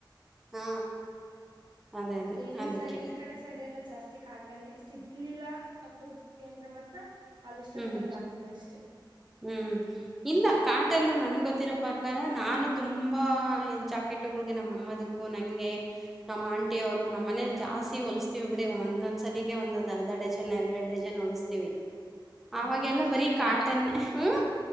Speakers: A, in the centre; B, on the right (about 65°).
A: ಹಾ ಅದೇ
B: ಅಂದ್ರೆ
A: ಅದೇ
B: ಇಲ್
A: ಅದಕ್ಕೆ
B: ಸೈ ಈ ಕಡೆ ಸೈಡೆ ಎಲ್ಲಾ ಜಾಸ್ತಿ ಕಾಟಾನೆ ಸಿಗ್ ಲೀಲಾ ಅಪರೂಪಕ್ಕೆ ಅಂದ್ರೆ ಮಾತ್ರ ಪಾಲಿಸ್ಟರ್
A: ಹ್ಮ್
B: ತಂದ್ ಹಾಕ್ತಿವಿ ಅಷ್ಟೇ
A: ಹ್ಮ್ ಇಲ್ಲ ಕಾಟನ್ನು ನನ್ಗ್ ಗೊತ್ತಿರೋ ಪ್ರಕಾರ ನಾನು ತುಂಬಾ ಜಾಕೆಟ್ ನಮ್ಮ ಅಮ್ಮಕ್ಕು ನಂಗೆ ನಮ್ಮ್ ಆಂಟಿವ್ರು ನಮ್ಮ್ ಮನೇಲಿ ಜಾಸ್ತಿ ಹೊಲಸ್ತೀವಿ ಬಿಡಿ ಒಂದೊಂದ್ಲಿಗೆ ಒಂದೊಂದ್ ಅರ್ಧ ಡಜನ್ ಎರಡೆರಡ್ ಡಜನ್ ಹೊಲಿಸಸ್ತೀವಿ ಅವಾಗೆಲ್ಲ
B: ಹ ಅಷ್ಟೊಂದ
A: ಬರಿಕಾಟನ್ ಹ್ಮ